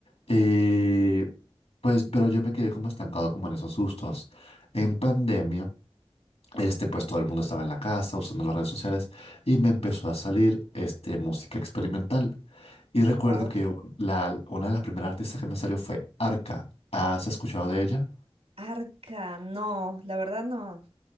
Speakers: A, on the left; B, on the right.
A: Eh, pues, pero yo me quedé como estancado como en esos gustos. En pandemia, este, pues todo el mundo estaba en la casa usando las redes sociales y me empezó a salir este, música experimental. Y recuerdo
B: Wow.
A: que un- la, una de las primeras artistas que me salió fue Arca. ¿Has escuchado de ella?
B: Arca, no, la verdad no.